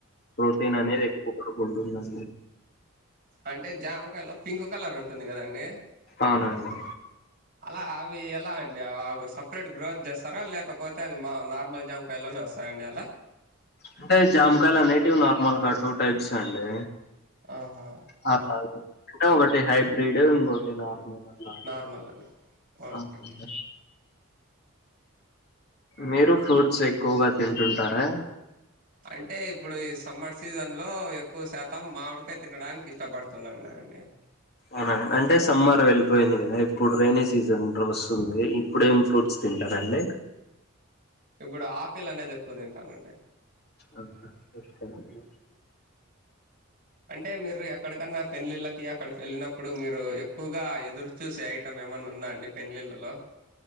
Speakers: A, on the left (about 45°); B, on the right (about 40°).
A: ప్రోటీన్ అనేది ఎక్కువగా ఉంటుంది అండి
B: అంటే జామకాయలు పింక్ కలర్ ఉంటుంది కదా అండి
A: అవునండి
B: అలా అవి ఎలా అండి ఆ సపరేట్ గ్రోత్ చేస్తారా లేకపోతే అది మా నార్మల్ జాము కాయలోనే వస్తాయండీ అలా
A: అంటే జామకాయలు అనేటివి నార్మల్గా టూ టైప్స్ అండి
B: ఆహా
A: మకాయలు అంటే ఒకటి హైబ్రిడ్ ఇంకోటి నార్మల్ అలా
B: నార్మల్ లనే ఓకే
A: అవునండి
B: అండి
A: మీరు ఫ్రూట్స్ ఎక్కువగా తింటుంటారా
B: అంటే ఇప్పుడు ఈ సమ్మర్ సీజన్ లో ఎక్కువ శాతం మామిడికాయ తినడానికి ఇష్టపడు తున్నన్న అండి
A: ఆ అంటే సమ్మర్ వెళ్ళిపోయింది కదా ఇప్పుడు రెైనీ సీజన్ రోస్తుంది ఇప్పుడేం ఫ్రూట్స్ తింటారండి
B: ఇప్పుడు ఆపిల్ అనేది ఎక్కువ తింటానండి
A: ఆహా ఇస్తామండి
B: అంటే మీరు ఎక్కడికన్నా పెళ్లిండ్లకి అక్కడికి వెళ్ళినప్పుడు మీరు ఎక్కువగా ఎదురు చూసే ఐటమ్ ఏమన్నా ఉందా అండి పెళ్లిండ్లలో